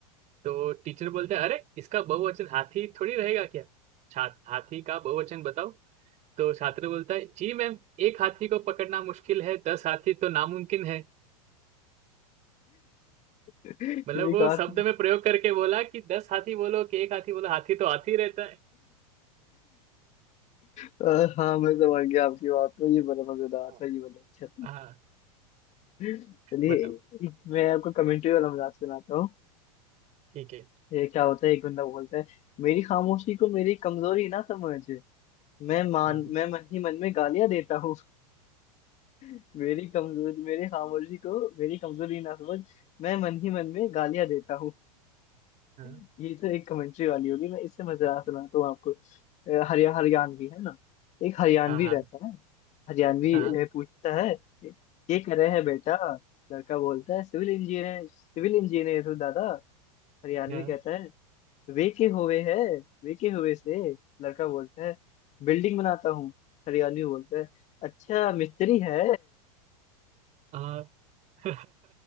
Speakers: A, on the right; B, on the left.
A: तो टीचर बोलता है अरे इसका बहुवचन हाथी थोड़ी रहेगा क्या छात्र हाथी का बहुवचन बताओ तो छात्र बोलता है जी मैम एक हाथी को पकड़ना मुश्किल है दस हाथी तो नामुमकिन है
B: एक
A: मतलब वो
B: और
A: शब्द में प्रयोग करके बोला कि दस हाथी बोलो कि एक हाथी बोलो हाथी तो हाथी रहता है
B: अ, हाँ मैं समझ गया आपकी बात को ये बड़ा मजेदार
A: हाँ
B: था ये बड़ा अच्छा था
A: हाँ,
B: चलिए
A: बताओ
B: एक- मैं आपको कमेंट्री वाला मजाक सुनाता हूँ
A: ठीक है
B: ये क्या होता है एक बंदा बोलता है मेरी खामोशी को मेरी कमजोरी ना समझ मैं मान
A: हाँ
B: मैं मन ही मन में गालियां देता हूँ <laughs> मेरी कमजोरी मेरी खामोशी को मेरी कमजोरी ना समझ मैं मन ही मन में गालियां देता हूँ
A: हाँ
B: <laughs> ये तो एक कमेंट्री वाली होगी मैं इससे मजेदार सुनाता हूँ आपको अ, हरिया हरियाणवी है ना एक हरियाणवी
A: हाँ हाँ
B: रहता है हरियाणवी
A: हाँ
B: अ, पूछता है ये कर रहे हैं बेटा लड़का बोलता है सिविल इंजीनियर सिविल इंजीनियर हूँ दादा हरियाणवी
A: हाँ
B: कहता है वे के हुए है वे के हुए से लड़का बोलता है बिल्डिंग बनाता हूँ हरियाणवी बोलता है अच्छा मिस्त्री है
A: हाँ <laughs>